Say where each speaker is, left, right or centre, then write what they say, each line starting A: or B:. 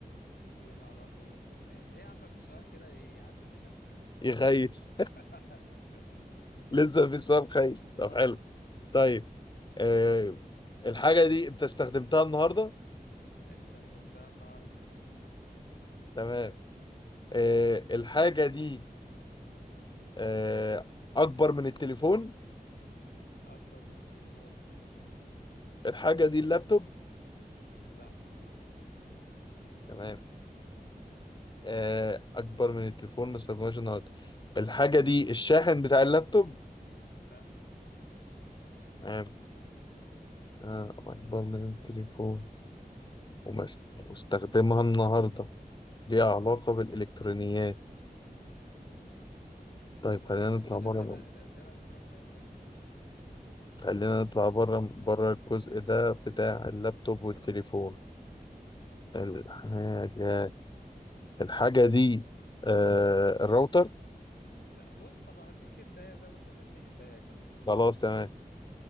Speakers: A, on the left; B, on the left.
A: ليها علاقة بالالكترونيات ايه يا عم مفيش سؤال كده يعدي منك
B: يخيل <laughs>
A: <laughs>
B: لسه في السؤال خيل
A: اه
B: طب حلو طيب آه الحاجة دي أنت استخدمتها النهاردة
A: استخدمتها النهاردة
B: تمام آه الحاجة دي آه أكبر من التليفون
A: أكبر من التليفون
B: الحاجة دي اللابتوب
A: لا
B: تمام آه، اكبر من التليفون ما استخدمهاش النهارده الحاجه دي الشاحن بتاع اللابتوب
A: لا
B: تمام آه، اكبر من التليفون وما است- واستخدمها النهارده ليها علاقه بالالكترونيات طيب
A: يلا
B: خلينا
A: عشان
B: نطلع
A: أنت الأسئلة
B: بره
A: الأسئلة بتروح منك
B: خلينا نطلع بره بره
A: مم.
B: الجزء ده بتاع اللابتوب والتليفون الحاجه الحاجه دي آه، الراوتر
A: لا بص طب هديك هنتاية زي ما أنت اديتني هنتاية كده
B: خلاص تمام